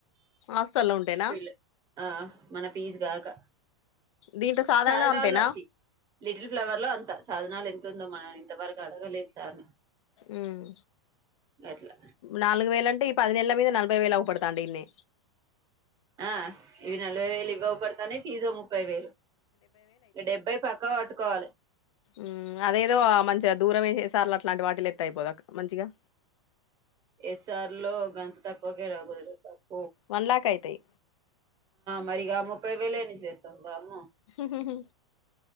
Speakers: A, on the left; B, on the right.
A: ఆస్టల్లో ఉంటేనా.
B: వీళ్ళు ఆ మన పీజ్ గాక.
A: దీంట్లో సాధనలో
B: సాదనాల్లో
A: అంతేనా
B: చి లిటిల్ ఫ్లవర్లో అంత సాదనాలొ ఎంతుందో మనం ఇంత వరకు అడగలే సార్ని.
A: మ్
B: గట్లా
A: నాలుగు వేలంటే ఇప్ పదినెల్ల మీద నలబైవేలు ఔపడతాండె ఇండ్నే
B: ఆ ఇవి నలబైవేలు ఇగ అగుపడుతాయన్నాయి. ఫీజో ముప్పైవేలు. డెబ్బై పక్కవట్టుకోవాలి.
A: మ్ అదేదో ఆ మంచిగ దూరమే చేసారు లట్లా అట్లాంటి వాటిలో ఏత్తే అయిపోదా మంచిగా.
B: యస్ ఆర్ లో అంత తక్కువకే రాబోదు రెంట్ కి
A: వన్ లాక్ అయితాయి.
B: మరి గా ముప్పైవేలు ఏంది చేస్తావు వామ్మో.
A: హు హు హు